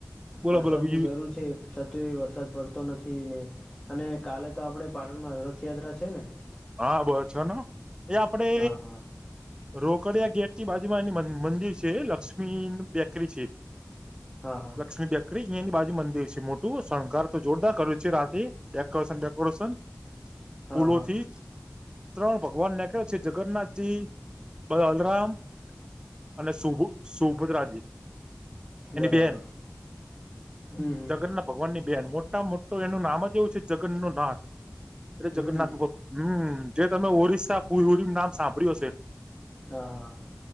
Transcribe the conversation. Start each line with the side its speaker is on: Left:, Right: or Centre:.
Right: બોલો
Left: વરસાદની
Right: બોલો બીજું
Left: જરૂર છે છતાંય વરસાદ પડતો નથી ને અને કાલે તો આપણે પાટણમાં રથયાત્રા છે ને
Right: હા બ છેને એ આપડે
Left: હા હા
Right: રોકડીિયા ગેટની બાજુમાં એની મંદિર છે લક્ષ્મી બેકરી છે.
Left: હા હા
Right: લક્ષ્મી બેક રી ની બાજુ મંદિર છે મોટું શણગાર તો જોરદાર કર્યું છે રાતે ડેકોરેશન ડેકોરેશન ફૂલોથી
Left: હા હા
Right: ત્રણ ભગવાન નાખ્યા છે, જગન્નાથજી, બલરામ અને સુભુ સુભદ્રાજી એની
Left: બરાબર
Right: બેન,
Left: હમ હમ
Right: જગન્ના ભગવાન ની બેહેન મોટા મોટું એનું નામ જ એવું છે જગન્ નો નાથ એટલે
Left: હમ
Right: જગન્નાથ હમ જે તમે ઓરિસ્સા પુલહુરી નામ સાંભળ્યું હશે.
Left: હા હા.